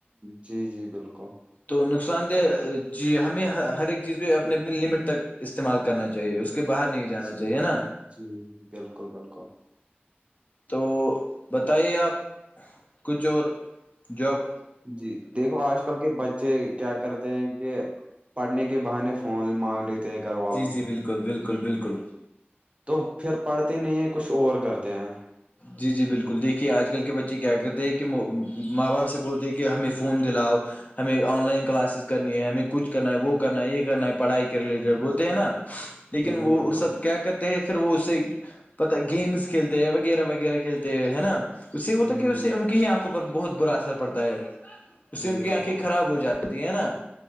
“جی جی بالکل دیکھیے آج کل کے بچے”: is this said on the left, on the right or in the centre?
Left